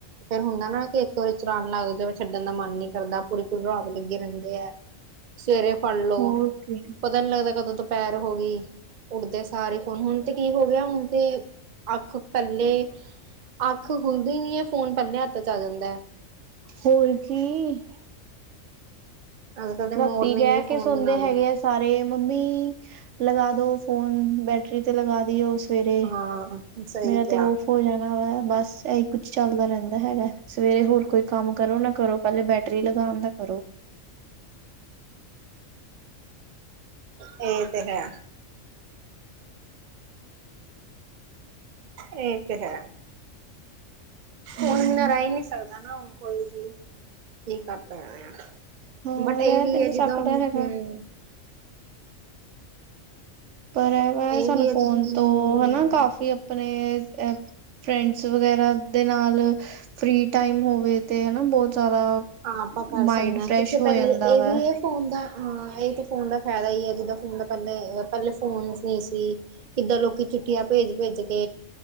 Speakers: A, on the right; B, on the right.
A: ਫਿਰ ਹੁੰਦਾ ਨਾ ਕਿ ਇੱਕ ਵਾਰੀ ਚਲਾਨ ਲੱਗ ਜੇ ਉਹ ਛੱਡਣ ਦਾ ਮਨ ਨਹੀਂ ਕਰਦਾ ਪੂਰੀ ਪੂਰੀ ਰਾਤ ਲੱਗੇ ਰਹਿੰਦੇ ਹੈ। ਸਵੇਰੇ ਫੜ ਲੋ
B: ਹੋਰ ਕੀ
A: ਪਤਾ ਨੀ ਲੱਗਦਾ ਕਦੋਂ ਦੁਪਹਿਰ ਹੋ ਗਈ ਉਠਦੇ ਸਾਰ ਹੀ ਹੁਣ ਹੁਣ ਤੇ ਕੀ ਹੋ ਗਿਆ ਹੁਣ ਤੇ ਅੱਖ ਪਹਿਲੇ ਅੱਖ ਖੁੱਲਦੀ ਨਹੀਂ ਹੈ ਫੋਨ ਪਹਿਲੇ ਹੱਥ ਚ ਆ ਜਾਂਦਾ ਹੈ।
B: ਹੋਰ ਕੀ।
A: ਅੱਜ ਕੱਲ ਦੇ ਮੋਰਨਿੰਗ
B: ਰਾਤੀ ਕਹਿ
A: ਵੀ
B: ਕੇ
A: ਫੋਨ
B: ਸੁਣਦੇ
A: ਦੇ ਨਾਲ
B: ਹੈਗੇ
A: ਹੀ
B: ਆ। ਸਾਰੇ ਮੰਮੀ ਲਗਾ ਦੋ ਫੋਨ ਬੈਟਰੀ ਤੇ ਲਗਾ ਦੀਓ ਉਸ ਸਵੇਰੇ
A: ਹਾਂ ਸਹੀ
B: ਮੇਰਾ
A: ਕਿਹਾ
B: ਤੇ ਔਫ ਹੋ ਜਾਣਾ ਵਾ ਬਸ। ਇਹੀ ਕੁੱਛ ਚੱਲਦਾ ਰਹਿੰਦਾ ਹੈਗਾ ਸਵੇਰੇ ਹੋਰ ਕੋਈ ਕੰਮ ਕਰੋ ਨਾ ਕਰੋ ਪਹਿਲੇ ਬੈਟਰੀ ਲਗਾਉਣ ਦਾ ਕਰੋ।
A: ਇਹ ਤੇ ਹੈ। ਇਹ ਤੇ ਹੈ। ਫੋਨ
B: ਹੂੰ।
A: ਬਿਨਾ ਰਹਿ ਨੀ ਸਕਦਾ ਨਾ ਹੁਣ ਕੋਈ ਵੀ ਕੀ ਕਰ ਸਕਦੇ ਆ।
B: ਹਾਂ
A: ਬਟ ਇਹ
B: ਰਹਿ
A: ਵੀ
B: ਤੇ ਨੀ
A: ਹੈ ਜਿੱਦਾਂ
B: ਸਕਦਾ
A: ਹੁਣ
B: ਹੈਗਾ।
A: ਹੂੰ।
B: ਪਰ ਇਹ ਵਾ ਸਾਨੂੰ
A: ਵੀ ਹੈ
B: ਫੋਨ
A: ਜਿੱਦਾਂ ਹਮ
B: ਤੋਂ ਹਨਾ ਕਾਫੀ ਆਪਣੇ ਫਰੈਂਡਸ ਵਗੈਰਾ ਦੇ ਨਾਲ ਫ੍ਰੀ ਟਾਈਮ ਹੋਵੇ ਤੇ ਹਨਾ ਬਹੁਤ ਜ਼ਿਆਦਾ
A: ਹਾਂ ਆਪਾਂ ਕਰ
B: ਮਾਇੰਡ
A: ਸਕਦੇ ਹਾਂ
B: ਫਰੈਸ਼
A: ਕਿੱਥੇ
B: ਹੋ
A: ਪਹਿਲੇ
B: ਜਾਂਦਾ
A: ਇਹ
B: ਵਾ
A: ਵੀ ਹੈ ਫੋਨ ਦਾ ਆਂ ਏਹ ਤਾਂ ਫੋਨ ਦਾ ਫੈਦਾ ਈ ਐ ਜਿੱਦਾਂ ਫੋਨ ਦਾ ਪੈਲੇ-ਪੈਲੇ ਫੋਨਸ ਨਹੀਂ ਸੀ। ਕਿੱਦਾਂ ਲੋਕੀ ਚਿੱਠੀਆਂ ਭੇਜ-ਭੇਜ ਕੇ